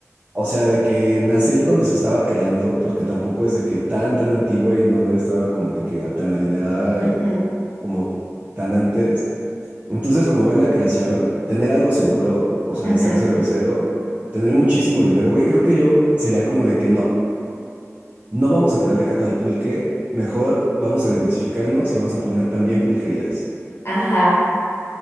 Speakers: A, on the right (about 25°); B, on the left (about 50°).
A: O sea, de que Nacer cuando se estaba creando, porque tampoco es de que tan, tan antigua y no estaba como de que tan adinerada
B: Ujú,
A: en, como tan antes. Entonces, como ver la creación, tener algo seguro, o sea,
B: ujú.
A: y ser cervecero, tener muchísimo dinero, güey, creo que yo sería como de que no, no vamos a tirarle caca al pulque, mejor vamos a diversificarnos y vamos a poner también pulquerías.
B: Ajá,